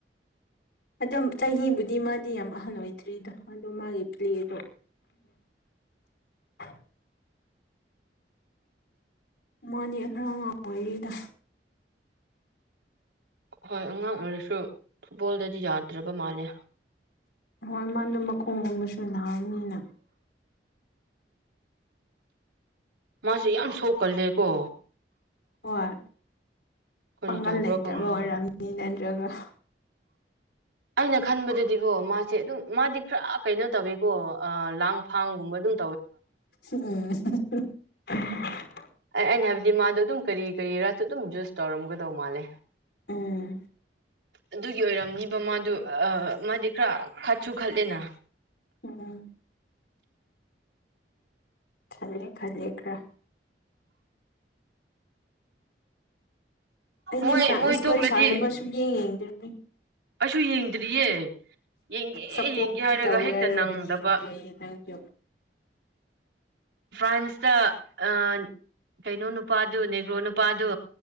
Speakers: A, on the left (about 65°); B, on the right (about 80°).
A: ꯑꯗꯨꯝ ꯆꯍꯤꯕꯨꯗꯤ ꯃꯥꯗꯤ ꯌꯥꯝ ꯑꯍꯟ ꯑꯣꯏꯗ꯭ꯔꯤꯗ ꯑꯗꯣ ꯃꯥꯒꯤ ꯄ꯭ꯂꯦꯗꯣ <unintelligible> ꯃꯥꯟꯅꯦ ꯈꯔ ꯑꯉꯥꯡ ꯑꯣꯏꯔꯤꯗ
B: ꯍꯣꯏ ꯑꯉꯥꯡ ꯑꯣꯏꯔꯁꯨ ꯐꯨꯠꯕꯣꯜꯗꯗꯤ ꯌꯥꯗ꯭ꯔꯕ ꯃꯥꯜꯂꯦ
A: ꯍꯣꯏ ꯃꯥꯟꯅꯣ ꯃꯈꯣꯡꯒꯨꯝꯕꯁꯨ ꯅꯥꯕꯅꯤꯅ
B: ꯃꯥꯁꯦ ꯌꯥꯝ ꯁꯣꯛꯀꯜꯂꯦꯀꯣ
A: ꯍꯣꯏ
B: ꯀꯔꯤ
A: ꯄꯥꯡꯒꯜ
B: ꯇꯧꯕ꯭ꯔꯣ
A: ꯂꯩꯇ꯭ꯔꯕ
B: ꯈꯪꯗꯦ
A: ꯑꯣꯏꯔꯝꯅꯤ ꯅꯠꯇ꯭ꯔꯒ ꯍ <inaudible>
B: ꯑꯩꯅ ꯈꯟꯕꯗꯗꯤꯀꯣ ꯃꯥꯁꯦ ꯑꯗꯨꯝ ꯃꯥꯗꯤ ꯈꯔ ꯀꯩꯅꯣ ꯇꯧꯋꯦꯀꯣ ꯑꯥ ꯂꯥꯡ ꯐꯥꯡꯒꯨꯝꯕ ꯗꯨꯝ
A: ꯎꯝ <unintelligible>
B: ꯑꯩ ꯑꯩꯅ ꯍꯥꯏꯕꯗꯤ ꯃꯥꯗꯣ ꯑꯗꯨꯝ ꯀꯔꯤ ꯀꯔꯤꯔꯁꯨ ꯑꯗꯨꯝ ꯖꯨꯁ ꯇꯧꯔꯝꯒꯗꯧ ꯃꯥꯜꯂꯦ
A: ꯎꯝ
B: ꯑꯗꯨꯒꯤ ꯑꯣꯏꯔꯝꯅꯤ ꯗꯣ ꯃꯥꯗꯨ ꯑꯥ ꯃꯥꯗꯤ ꯈꯔ ꯈꯠꯁꯨ ꯈꯠꯂꯦꯅ
A: ꯎꯝ ꯈꯜꯂꯦ ꯈꯜꯂꯦ ꯈ꯭ꯔ ꯑꯩꯗꯤ
B: ꯃꯣꯏ
A: ꯐ꯭ꯔꯥꯟꯁ
B: ꯃꯣꯏ ꯊꯣꯛꯂꯗꯤ
A: ꯈꯣꯢ ꯁꯥꯟꯅꯕ ꯁꯨꯝ ꯌꯦꯡ ꯌꯦꯡꯗ꯭ꯔꯤꯝꯅꯤ
B: ꯇꯨ ꯌꯦꯡꯗ꯭ꯔꯤꯌꯦ ꯌꯦꯡꯒꯦ
A: ꯁꯞꯄꯣꯔꯠꯇꯤ
B: ꯌꯦꯡꯒꯦ ꯍꯥꯏꯔꯒ
A: ꯇꯧꯋꯦ
B: ꯍꯦꯛꯇ
A: ꯍꯥꯏꯔꯒ
B: ꯅꯪꯗꯕ
A: ꯌꯦꯡꯗꯦ ꯑꯩ ꯅꯪꯁꯨ
B: ꯐ꯭ꯔꯥꯟꯁꯇ ꯑꯥ ꯀꯩꯅꯣ ꯅꯨꯄꯥꯗꯨ ꯅꯦꯒ꯭ꯔꯣ ꯅꯨꯄꯥꯗꯨ